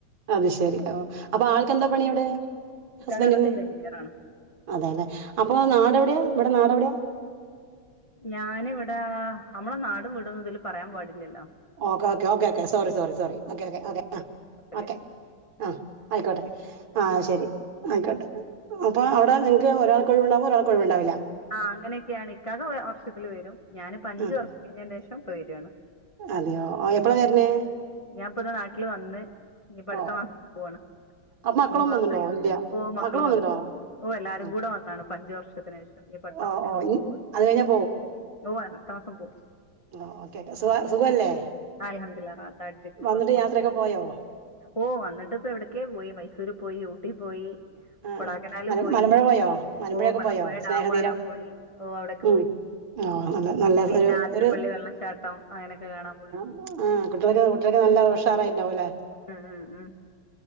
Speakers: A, on the right; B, on the left.
A: അത് ശെരി ഓഹ് അപ്പൊ ആൾക്കെന്താ പണി അവ്ടെ
B: ഇക്കാക്കവിടെ
A: ഹസ്ബൻ്റിന്?
B: സിവിൽ എഞ്ചിനീയർ ആണ്
A: അതേല്ലെ അപ്പൊ നാടെവ്ടെയാ ഇവടെ നാടെവ്ടെ?
B: ഞാനിവിടെ നമ്മളെ നാടും വീടൊന്നും ഇതില് പറയാൻ പാടില്ലല്ലോ.
A: Okay okay okay okay sorry sorry sorry okay ക്കെ ഓക്കെ അ
B: ല്ല
A: ഓക്കെ. ആഹ് ആയിക്കോട്ടെ
B: പിന്നെ
A: ആഹ്
B: ആ
A: ശരി ആയിക്കോട്ടെ അപ്പൊ അവ്ടെ നി ഒരാൾക്കൊഴിവുണ്ടാവുമ്പൊ ഒരാൾക്കൊഴിവ്ണ്ടാവൂല.
B: ആഹ് അങ്ങനെയൊക്കെയാണ്. ഇക്കാക്ക വർഷത്തില് വരും. ഞാനിപ്പ അഞ്ചു
A: ഉം
B: വർഷം കഴിഞ്ഞേൻ്റേഷം പ്പൊ വരാണ്.
A: അതെയോ ഓഹ് എപ്പളാ വര്ന്
B: ഞാ ഇപ്പതാ നാട്ടില് വന്ന് ഇഞ്ഞിപ്പോ അടുത്ത
A: ഓ
B: മാസം പോവാണ്.
A: അപ്പൊ മക്കളും
B: മൂന്ന് മാസായി
A: വന്നുണ്ടോ
B: വന്നിട്ട്.
A: ഇല്ല
B: ഓഹ് മക്കളും
A: മക്കള് വന്നുണ്ടോ
B: വന്നിട്ടുണ്ട്. ഓഹ് എല്ലാരും
A: ഉം
B: കൂടെ വന്നാണ് പ്പഞ്ച് വർഷത്തിനു ശേഷം. ഇഞ്ഞ്പ്പൊ അടുത്ത
A: ഓ
B: മാസം ഞങ്ങള്
A: ഓ ഇ-
B: പോവാണ്.
A: അത് കഴിഞ്ഞാ
B: ഓഹ് അടുത്ത മാസം പോവും.
A: ആ ഓക്കെക്കെ സുഖ സുഖല്ലേ?
B: അലഹമ്മദ റാത്താട്ടിരിക്കുന്ന
A: വന്നിട്ട്
B: കൊഴപ്പൊന്നില്ല
A: യാത്രയൊക്കെ പോയോ
B: ഓഹ് വന്നിട്ട് ഇപ്പോ എവിടെക്കൊയോ പോയി മൈസൂർ പോയി ഊട്ടി പോയി
A: ആഹ്
B: കൊടാക്കനാല്
A: ആഹ് മല
B: പോയി
A: മലമ്പുഴ പോയോ മലമ്പുഴയൊക്കെ
B: ഓഹ് മലമ്പുഴ
A: പോയോ സ്നേഹതീരം
B: ഡാമ് കാണാൻ പോയി ഓഹ് അവിടെയൊക്ക
A: ഉം
B: പോയി
A: ആഹ് നല്ല നല്ല
B: പിന്നെ
A: ഒരു
B: അതിരപ്പള്ളി
A: ഒരു
B: വെള്ളച്ചാട്ടം അങ്ങനെയൊക്കെ കാണാൻ പോയി
A: ആ കുട്ടികളോക്കെ കുട്ടികളോക്കെ നല്ല ഉഷാറായിട്ടു ഉണ്ടാവും അല്ലെ
B: ആഹ് ആഹ് ആഹ്